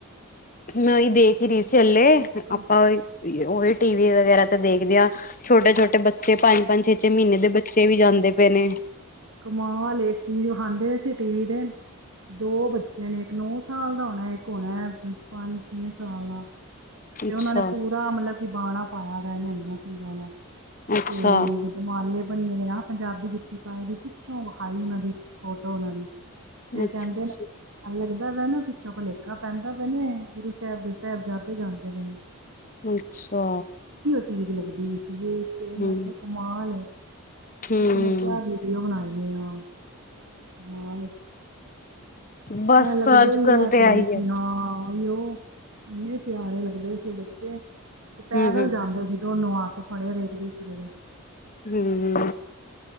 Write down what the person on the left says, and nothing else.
ਮੈਂ ਦੇਖ ਰਹੀ ਸੀ ਅੱਲੇ
ਆਪਾਂ ਉਹ ਟੀ ਵੀ ਵਗੈਰਾ ਤੇ ਦੇਖਦੇ ਹਾਂ ਛੋਟੇ ਛੋਟੇ ਬੱਚੇ ਪੰਜ ਪੰਜ ਛੇ ਛੇ ਮਹੀਨੇ ਦੇ ਬੱਚੇ ਵੀ ਜਾਂਦੇ ਪਏ ਨੇ
ਅੱਛਾ।
ਅੱਛਾ
ਅੱਛਾ
ਅੱਛਾ
ਅੱਛਾ
ਹਮ
ਹਮ।
ਬਸ
ਅੱਜ
ਕੱਲ
ਤੇ
ਆਈ
ਹੈ
ਹਮ ਹਮ।
ਹਮ